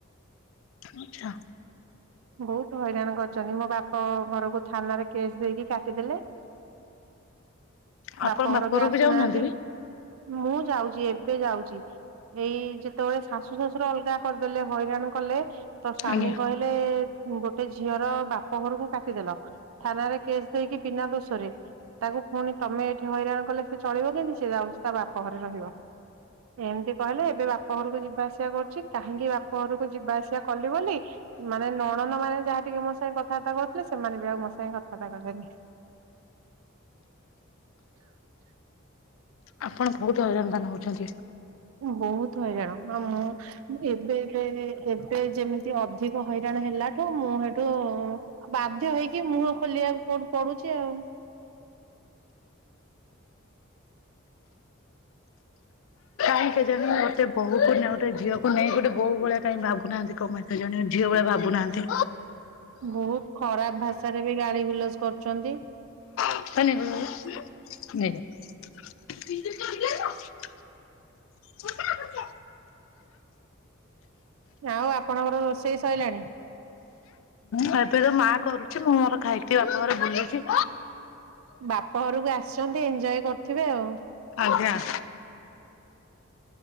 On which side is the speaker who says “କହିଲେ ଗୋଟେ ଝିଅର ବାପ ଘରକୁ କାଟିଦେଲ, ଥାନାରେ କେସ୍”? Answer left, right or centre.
Right